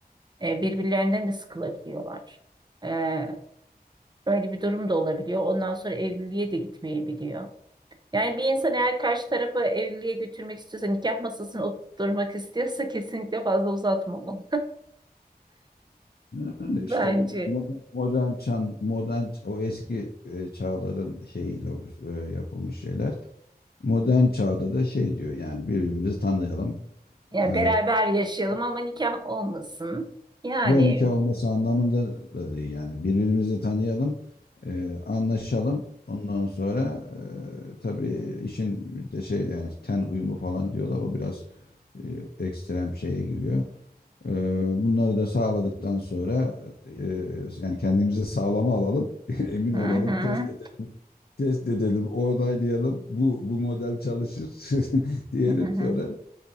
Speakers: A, on the right; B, on the left.
A: E, birbirlerinden de sıkılabiliyorlar. E, Öyle bir durum da olabiliyor. Ondan sonra evliliğe de gitmeyebiliyor. Yani bir insan eğer karşı tarafı evliliğe götürmek istiyorsa, nikah masasını oturtmak istiyorsa <laughs> kesinlikle fazla uzatmamalı.
B: Yani
A: <laughs> Bence.
B: işte yani modern modern çağın- modern o eski e, çağların şeyiyle e, yapılmış şeyler. Modern çağda da şey diyor yani birbirimizi tanıyalım.
A: Yani
B: Ee,
A: beraber yaşayalım ama nikah olmasın. Yani
B: yo nikah olması anlamında da değil yani birbirimizi tanıyalım, e, anlaşalım. Ondan sonra e, tabii işin bir de şey yani ten uyumu falan diyorlar. O biraz e, ekstrem şeye giriyor. Ee, Bunları da sağladıktan sonra e, yani kendimizi sağlama alalım, <laughs> emin
A: hı
B: olalım,
A: hı,
B: test edelim, test edelim, onaylayalım. Bu bu model çalışır <laughs> diyelim
A: hı hı.
B: sonra